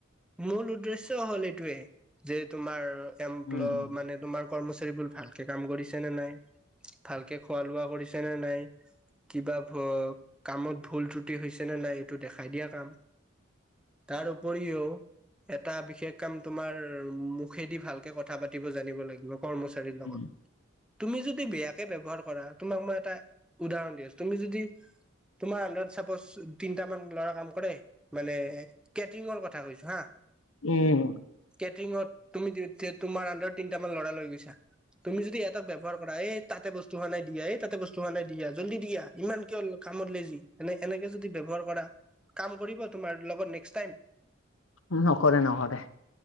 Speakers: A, in the centre; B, on the left.
A: মূল উদ্দেশ্য হ'ল এইটোৱে যে তোমাৰ এমপ্ল-
B: উম
A: মানে তোমাৰ কৰ্মচাৰীবোৰ ভালকে কাম কৰিছে নে নাই, ভালকে খোৱা-লোৱা কৰিছে নে নাই কিবা ভ- কামত ভুল ত্ৰুটি হৈছে নে নাই, এইটো দেখাই দিয়া কাম। তাৰ উপৰিও এটা বিশেষ কাম তোমাৰ মুখেদি ভালকে কথা পাতিব জানিব লাগিব কৰ্মচাৰীৰ লগত।
B: উম
A: তুমি যদি বেয়াকে ব্যৱহাৰ কৰা, তোমাক মই এটা উদাহৰণ দি আছোঁ, তুমি যদি তোমাৰ আন্দাৰত চাপজ তিনটা মান ল'ৰা কাম কৰে মানে কেটৰিঙৰ কথা কৈছোঁ হা।
B: উম।
A: কেটৰিঙত তুমি ত- তোমাৰ আন্দাৰত তিনিটামান ল'ৰা লৈ গৈছা, তুমি যদি এটাক ব্যৱহাৰ কৰা, এই তাতে বস্তু হোৱা নাই দি আহ, এই তাতে বস্তু হোৱা নাই দি আহ, জল্দি দি আহ, ইমান কিয় কামত লে জি, এনে- এনেকে যদি ব্যৱহাৰ কৰা, কাম কৰিব তোমাৰ লগত নেক্স টাইম?
B: উম অকলে নকৰে।